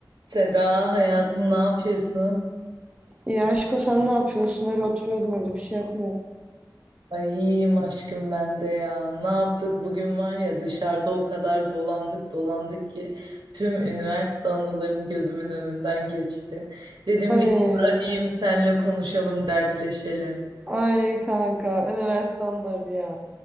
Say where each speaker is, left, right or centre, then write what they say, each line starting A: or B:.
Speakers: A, on the right; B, on the right.
A: Seda hayatım ne yapıyorsun?
B: Ya aşko sen ne yapıyorsun? Öyle oturuyordum öyle bir şey yapmıyorum.
A: Ay iyiyim aşkım ben de ya. Ne yaptık bugün var ya dışarıda o kadar dolandık dolandık ki tüm üniversite anılarım gözümün önünden geçti. Dedim
B: Ay,
A: biraz arayayım senle konuşalım dertleşelim.
B: ay kanka üniversitedir ya.